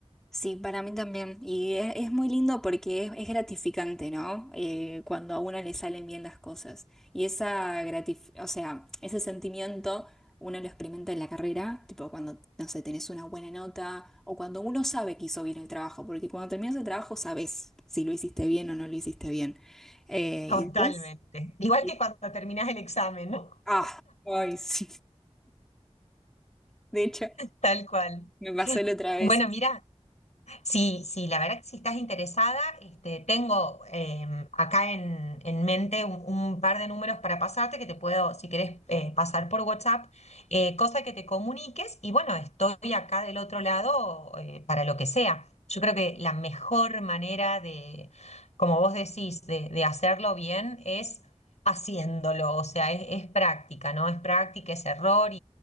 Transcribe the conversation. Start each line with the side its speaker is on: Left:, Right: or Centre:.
Centre: Sí, para mí también. Y es, es muy lindo porque es, es gratificante, ¿no? Eh, cuando a uno le salen bien las cosas. Y esa gratif- o sea, ese sentimiento uno lo experimenta en la carrera, tipo cuando, no sé, tenés una buena nota o cuando uno sabe que hizo bien el trabajo, porque cuando terminas el trabajo sabes si lo hiciste bien o no lo hiciste bien. Eh,
Left: Totalmente,
Centre: y después,
Left: Igual
Centre: y-
Left: que cuando terminás el examen, ¿no?
Centre: ah, ay, <laughs> sí. De hecho,
Left: tal cual.
Centre: me pasó la otra
Left: Bueno,
Centre: vez.
Left: mira. Sí, sí, la verdad que si estás interesada, este, tengo em, acá en, en mente un, un par de números para pasarte que te puedo, si querés, eh, pasar por WhatsApp, eh, cosa que te comuniques y bueno, estoy acá del otro lado eh, para lo que sea. Yo creo que la mejor manera de, como vos decís, de, de hacerlo bien es haciéndolo, o sea, es, es práctica, ¿no? Es práctica, es error